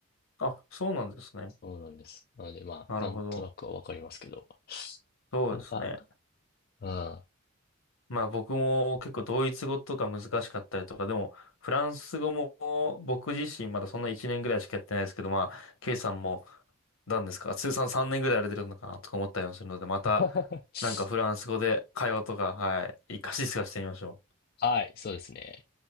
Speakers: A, on the left (about 70°); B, on the left (about 45°).
A: あ、そうなんですね。
B: そうなんです。なので、まあ、
A: なるほど。
B: なんとなくはわかりますけど、
A: そうですね。
B: なかなか、うん。
A: まあ僕も結構ドイツ語とか難しかったりとか、でもフランス語も僕自身まだそんな1年ぐらいしかやってないですけど、まあ、ケイさんも何ですか、通算3年ぐらいやられてるのかなとか思ったりもするので、また
B: <laughs>
A: なんかフランス語で会話とか、はい、活かし活かしてみましょ
B: はい、そうですね。